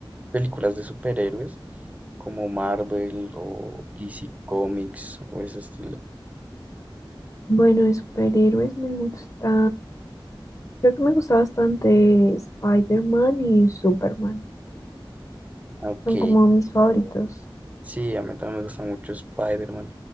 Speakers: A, on the right; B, on the left.
A: películas de superhéroes? Como Marvel o DC Comics o ese estilo.
B: Bueno, de superhéroes me gusta, creo que me gusta bastante Spider-Man y Superman.
A: Ok,
B: Son como mis favoritos.
A: sí, a mí también me gusta mucho Spider-Man.